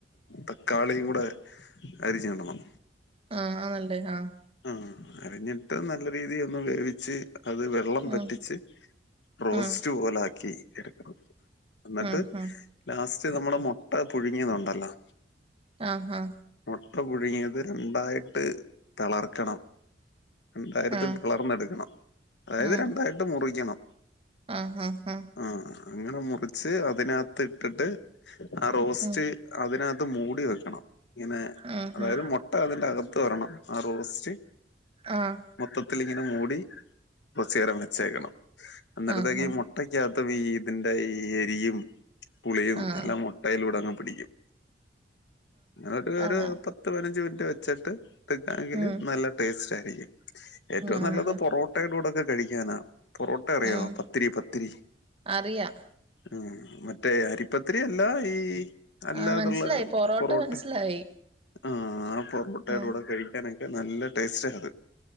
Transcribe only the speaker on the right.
ആഹ് ആഹ് ന്നല്ലേ ആഹ്
ഉം
ഉം
ഉം ഉം
അഹ് ആഹ്
ആഹ് ആഹ്
ഉം
ആഹ് ആഹ് ആഹ്
ഉം
ആഹ്
ആഹ്
ആഹ് ആഹ്
ആഹ്
ആഹ് ആഹ്
ആഹ്
ഉം
ആണല്ലേ
ഉം
അറിയാം
ആ മനസ്സിലായി
മനസ്സിലായി
ആ